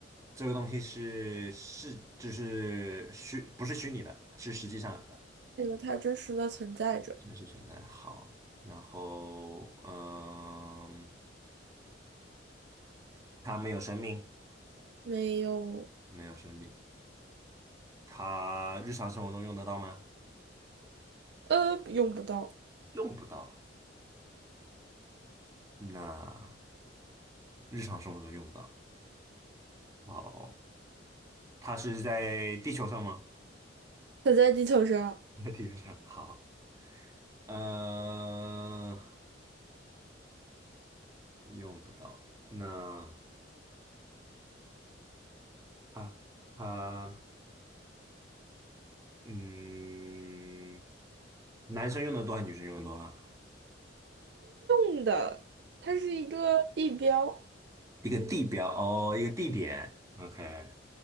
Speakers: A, on the right (about 15°); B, on the right (about 60°).
A: 这个东西是是就是虚，不是虚拟的，是实际上的，
B: 这个它真实的存在着，
A: 真实存在好，然后嗯，它没有生命，
B: 没有
A: 没有生命。它日常生活中用得到吗？
B: 呃，用不到，
A: 用不到。那日常生活中用不到。好，它是在地球上吗？
B: 它在地球上
A: <laughs> 在地球上。好，呃，用不到。那它它嗯，男生用的多还是女生用的多啊？
B: 用的，它是一个地标。
A: 一个地标哦，一个地点。OK，